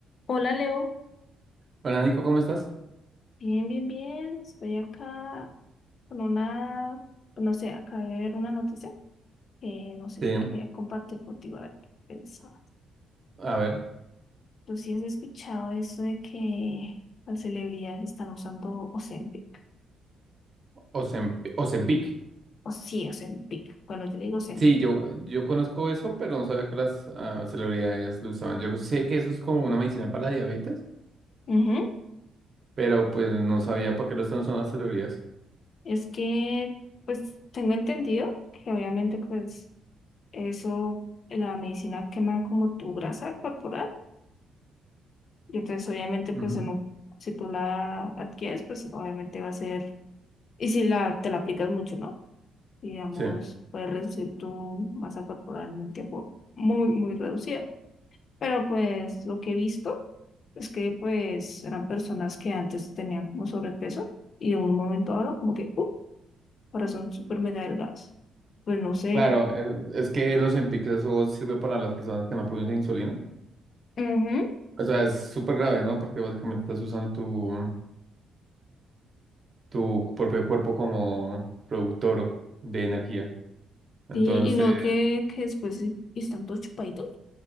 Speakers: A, on the left; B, on the right.
A: Hola Leo,
B: Hola Nico, ¿cómo estás?
A: bien, bien, bien. Estoy acá con una, no sé, acabé de ver una noticia que no sé,
B: Sí,
A: quería compartir contigo a ver qué pensabas.
B: a ver,
A: ¿Tú sí has escuchado eso de que las celebridades están usando Ozempic?
B: Ozemp- Ozempic.
A: O sí, Ozempic. Bueno, yo le digo Ozempic.
B: Sí, yo, yo conozco eso, pero no sabía que las ah, celebridades lo usaban. Yo sé que eso es como una medicina para la diabetes,
A: Ujú.
B: pero pues no sabía para qué lo están usando las celebridades.
A: Es que, pues, tengo entendido que obviamente, pues, eso, la medicina quema como tu grasa corporal. Y entonces, obviamente,
B: Ujú,
A: pues en un- si tú la adquieres, pues obviamente va a ser, y si la, te la aplicas mucho, ¿no? Digamos,
B: Sí,
A: puedes reducir tu masa corporal en un tiempo muy, muy reducido. Pero pues lo que he visto es que pues eran personas que antes tenían como sobrepeso y de un momento a otro como que, ¡uh! ahora son súper mega delgadas. Pues no sé.
B: claro, eh, es que los Ozempic eso sirve para las personas que no producen insulina.
A: Ujú.
B: O sea, es súper grave, ¿no? Porque básicamente estás usando tu, tu propio cuerpo como productor de energía. Entonces,
A: Sí, y no que, que después sí, y están todos chupaditos,